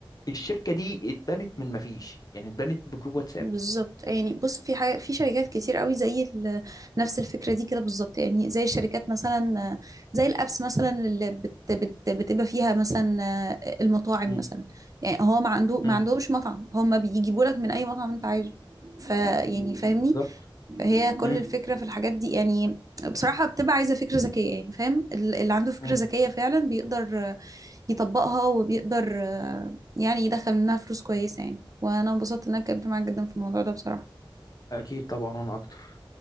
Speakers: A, on the left; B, on the right.
A: الشركه دي اتبنت من ما فيش يعني اتبنت بجروب واتساب
B: بالظبط يعني بص في حاجة في شركات كتير قوي زي ال- نفس الفكرة دي كده بالظبط يعني زي الشركات مثلا آه، زي الأبس مثلا اللي بت بت بتبقى فيها مثلا آه، المطاعم
A: امم
B: مثلا يعني هو ما عنده ما
A: امم
B: عندهمش مطعم هم بيجيبوا لك من أي مطعم أنت عايزه فيعني فاهمني
A: بالظبط
B: فهي كل
A: امم
B: الفكرة في الحاجات دي يعني بصراحة بتبقى عايزة فكرة ذكية يعني فاهم ال- اللي عنده فكرة
A: امم
B: ذكية فعلا بيقدر آه، يطبقها وبيقدر آه، يعني يدخل منها فلوس كويسة يعني وأنا انبسطت إن أنا اتكلمت معاك جدا في الموضوع ده بصراحة
A: اكيد طبعا وانا اكتر